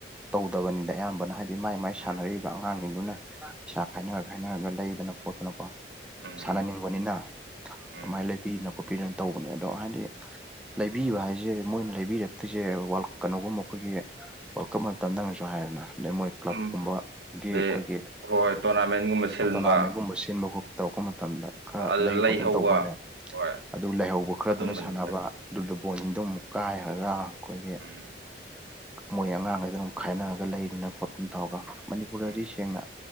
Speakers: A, in the centre; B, on the right.
A: ꯇꯧꯗꯕꯅꯤꯗ ꯑꯌꯥꯝꯕꯅ ꯍꯥꯏ ꯃꯥꯏ ꯃꯥꯏ
B: ꯎꯝ
A: ꯁꯥꯟꯅꯔꯤꯕ ꯑꯉꯥꯡꯁꯤꯡꯗꯨꯅ ꯄꯩꯁꯥ ꯈꯥꯏꯅꯔ ꯈꯥꯏꯅꯔꯒ ꯂꯩꯗꯅ ꯈꯣꯠꯇꯅꯀꯣ
B: ꯎꯝ
A: ꯁꯥꯟꯅꯅꯤꯡꯕꯅꯤꯅ
B: ꯎꯝ ꯎꯝ
A: ꯑꯗꯨꯃꯥꯏꯅ ꯂꯩꯕꯤꯗꯅ ꯈꯣꯠꯄꯤꯗꯅ ꯇꯧꯕꯅꯦ ꯑꯗꯣ ꯍꯥꯏꯗꯤ ꯂꯩꯕꯤꯕ ꯍꯥꯏꯁꯦ ꯃꯣꯏꯅ ꯂꯩꯕꯤꯔꯛꯇ꯭ꯔꯤꯁꯦ ꯋꯥꯜ ꯀꯩꯅꯣꯒꯨꯝꯕ ꯑꯈꯣꯏꯒꯤ ꯋꯥꯔꯜ ꯀꯞ ꯃꯇꯝꯗ ꯅꯪꯅꯁꯨ ꯍꯥꯏꯔꯦꯅ ꯑꯗꯩ ꯃꯣꯏ ꯀ꯭ꯂꯕ
B: ꯎꯝ
A: ꯀꯨꯝꯕꯒꯤ
B: ꯑꯗꯩ
A: ꯑꯈꯣꯏꯒꯤ
B: ꯍꯣꯏ ꯇꯣꯔꯅꯥꯃꯦꯟꯒꯨꯝꯕ ꯁꯤꯟꯕ
A: ꯇꯣꯔꯅꯥꯃꯦꯟꯒꯨꯝꯕ ꯁꯤꯟꯕ ꯈꯣ ꯇꯧꯔꯛꯄ ꯃꯇꯝꯗ ꯈꯔ
B: ꯑꯗꯨꯗ
A: ꯂꯩ
B: ꯂꯩꯍꯧꯕ
A: ꯈꯣꯠꯇꯟ ꯇꯧꯋꯥꯅꯦ
B: ꯍꯣꯏ
A: ꯑꯗꯨ ꯂꯩꯥꯏꯍꯧꯕ ꯈꯔꯗꯨꯅ
B: ꯑꯗꯨꯝꯕꯅꯤꯗ
A: ꯁꯥꯟꯅꯕ ꯑꯗꯨꯗ ꯕꯣꯟ
B: ꯎꯝ
A: ꯁꯤꯡꯗꯨ ꯑꯃꯨꯛ ꯀꯥꯏꯒ꯭ꯔꯒ ꯑꯈꯣꯏꯒꯤ
B: ꯎꯝ
A: <inaudible> ꯃꯣꯏ ꯑꯉꯥꯡꯒꯩꯗꯨꯅ ꯃꯨꯛ ꯈꯥꯏꯅꯔꯒ ꯂꯩꯗꯅ ꯈꯣꯠꯇꯅ ꯇꯧꯔꯒ ꯃꯅꯤꯄꯨꯔꯗꯗꯤ
B: ꯎꯝ
A: ꯁꯦꯡꯅ